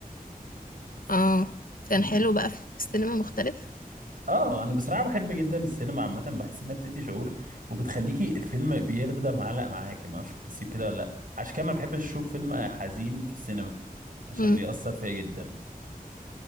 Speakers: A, on the left; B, on the right.
A: اه كان
B: مم.
A: حلو بقى في السينما مختلف
B: اه انا بصراحه بحب جدا السينما عامه بحس انها بتدي شعور وبتخليكي الفيلم بيفضل معلق معاكي ما اعرفش بتحسي بكده ولا لا عشان كده ما بحبش اشوف فيلم حزين في السينما عشان
A: امم
B: بيأثر فيا جدا